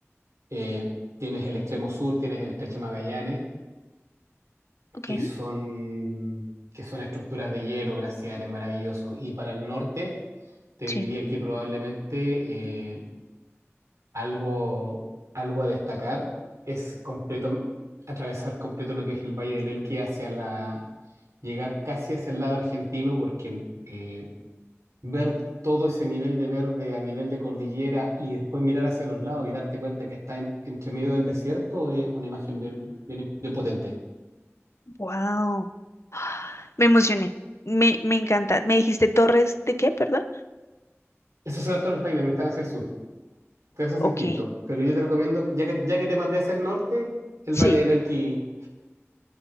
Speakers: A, on the right; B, on the left.
A: Eh, tienes el extremo sur, tienes el estrecho Magallanes,
B: ok,
A: que son, que son estructuras de hielo, glaciares maravillosos. Y para el norte, te
B: sí.
A: diría que probablemente eh, algo, algo a destacar es completo, atravesar completo lo que es el Valle del Elqui hacia la, llegar casi hacia el lado argentino, porque eh, ver todo ese nivel de verde a nivel de cordillera y después mirar hacia los lados y darte cuenta que está en- entre medio del desierto es una imagen bien, bien, bien potente.
B: Wow. Me emocioné. Me, me encanta. ¿Me dijiste Torres de qué, perdón?
A: Esas son las Torres Paine, pero están hacia el sur. Entonces eso
B: Ok,
A: es distinto. Pero yo te recomiendo, ya que, ya que te mandé hacia el norte, el
B: sí.
A: Valle del Elqui.